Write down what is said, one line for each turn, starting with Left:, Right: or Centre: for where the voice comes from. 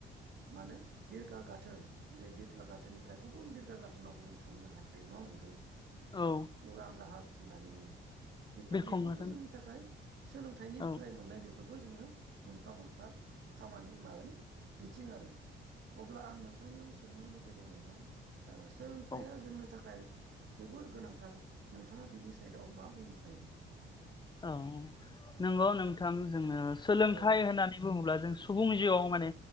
Right: मानो बिरगा गाथोन जेरै बिरगा गाथोननिफ्राय गुबुन बिरगा गाथोनावबो जों थांनो हायो नङामोनखौ
Left: औ
Right: उरां जाहाज होननानै बुङो
Left: बिरखं
Right: बेफोरबो
Left: हागोन
Right: जोंनि थाखाय सोलोंथाइनि
Left: औ
Right: मोननाय बेफोर बेफोरबो जोङो मोनफा मोनफा खामानि माबानि बिथिं आरो अब्ला आं नोंथांनियाव सोंनो लुबैदों नोंथां सोलोंथाइया
Left: औ
Right: जोंनि थाखाय जोबोर गोनांथार नोंथाङा बिनि साइदाव मा बुंनो सानदों
Left: औ नंगौ नोंथां जोङो सोलोंथाइ
Right: औ
Left: होननानै बुङोब्ला जों सुबुं जिउआव माने